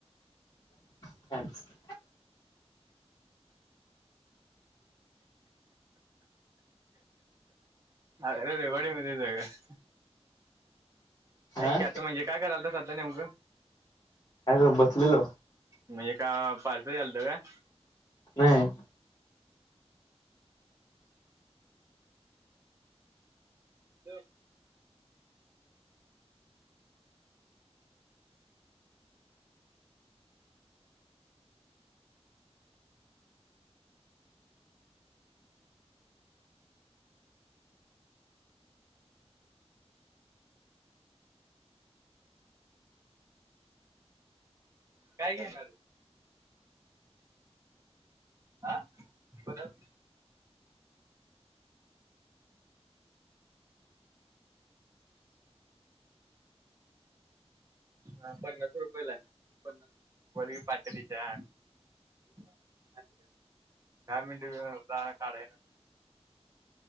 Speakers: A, on the left (about 35°); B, on the right (about 30°).
A: <unintelligible>
B: अजून हे रेकॉर्डिंग मध्येच आहे काय?
A: हा
B: ऐक आता म्हणजे काय करालतास आता नेमकं.
A: काय ग बसलेलो
B: म्हणजे का पार्सल यालतं का?
A: नाही.
B: ह. काय घेणार? हा बदल. हा पन्नास रुपयेला पन्नास रुपये व पातळीच्या दहा मिनट काढाय ना.